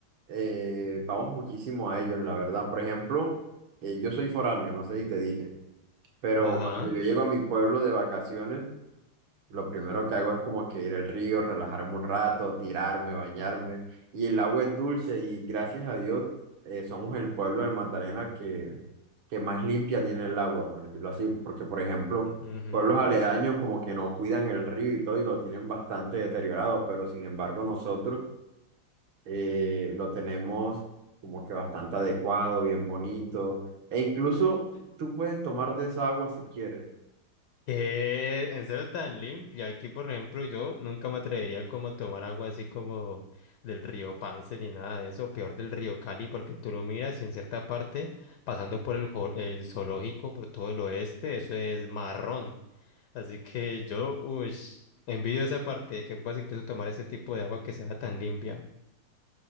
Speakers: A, on the right; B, on the left.
A: eh, vamos muchísimo a ellos, la verdad. Por ejemplo, eh, yo soy foráneo, no sé si te dije, pero
B: Ajá.
A: cuando yo llego a mi pueblo de vacaciones, lo primero que hago es como que ir al río, relajarme un rato, tirarme, bañarme. Y el agua es dulce y gracias a Dios eh, somos el pueblo del Magdalena que, que más limpia tiene el agua, por decirlo así. Porque, por ejemplo,
B: ujú.
A: pueblos aledaños como que no cuidan el río y todo y lo tienen bastante deteriorado, pero sin embargo nosotros eh, lo tenemos como que bastante adecuado, bien bonito. E incluso tú puedes tomar de esa agua si quieres.
B: ¿Qué? ¿En serio tan limpia? Aquí, por ejemplo, yo nunca me atrevería como a tomar agua así como del río Pance ni nada de eso. Peor del río Cali, porque tú lo miras y en cierta parte, pasando por el, jo- el zoológico, por todo el oeste, eso es marrón. Así que yo, uy, envidio esa parte, que puedas incluso tomar ese tipo de agua que sea tan limpia.